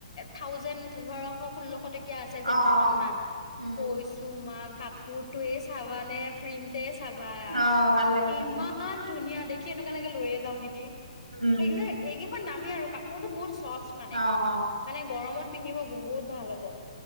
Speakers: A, on the left; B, on the right.
A: থাউজেণ্ড পোন্ধৰশ ষোল্লশ <inaudible> টকীয়া আছে যে
B: অ
A: দুখন
B: অ
A: মান
B: উম
A: কৈছো মা কাপ <unintelligible> চাবা নে প্ৰিণ্টে চাবা
B: অ' ভাল লাগে
A: ইমান
B: ভাল লাগে।
A: ধুনীয়া দেখ কি কেনেকুৱ লৈয়ে যাওঁ‌ নেকি
B: উম।
A: সেই যে এইকেইখন নামি আৰু কাপোৰত বহুত চাফ্ট মানে
B: অ'
A: মানে গৰমত পিন্ধিব বহুত ভাল হ'ব